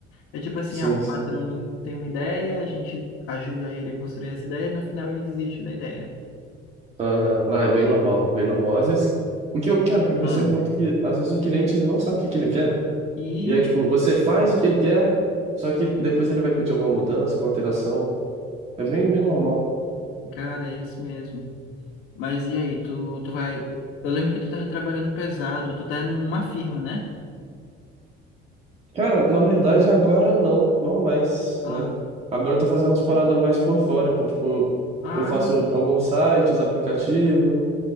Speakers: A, on the left; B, on the right.
A: É tipo assim,
B: Sim,
A: ah, o patrão
B: sim.
A: tem uma ideia, a gente ajuda ele a construir essa ideia, no final ele desiste da ideia.
B: Aham. Ah, é bem normal, bem normal. Às vezes, o que eu quero, o que eu percebo
A: Ah.
B: muito é que, às vezes, o cliente, ele não sabe o que que ele quer.
A: e
B: E aí, tipo, você faz o que ele quer, só que depois ele vai pedir alguma mudança, alguma alteração. É bem, bem normal.
A: Cara, é isso mesmo. Mas e aí, tu, tu vai. Eu lembro que tu tava trabalhando pesado, tu tá numa firma, né?
B: Cara, na verdade, agora não, não mais,
A: Ah,
B: né? Agora eu tô fazendo umas paradas mais por fora, então, tipo,
A: ah,
B: eu faço alguns sites, aplicativo,